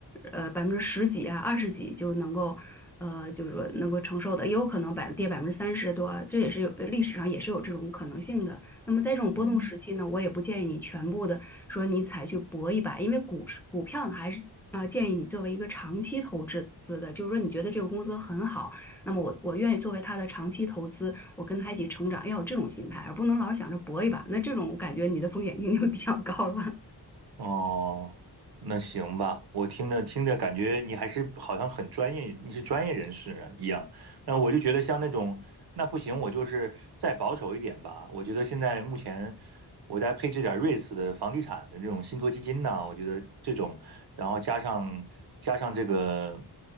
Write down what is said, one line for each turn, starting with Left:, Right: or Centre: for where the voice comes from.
Centre: 呃百分之十几啊、二十几就能够。呃，就是说能够承受的，也有可能百跌百分之三十多啊，这也是有呃历史上也是有这种可能性的。那么在这种波动时期呢，
Right: 嗯，
Centre: 我也不建议你全部的说你采去搏一把，因为股市股票呢还是呃建议你作为一个长期投资资的，就是说你觉得这个公司很好。那么我我愿意作为他的长期投资，我跟他一起成长，要有这种心态，而不能老想着搏一把。那这种我感觉你的风险性就比较高了。
Right: 哦，那行吧，我听着听着感觉你还是好像很专业，你是专业人士啊一样。那我就觉得像那种，那不行，我就是再保守一点吧。我觉得现在目前我再配置点瑞士的房地产的这种信托基金呢，我觉得这种然后加上加上这个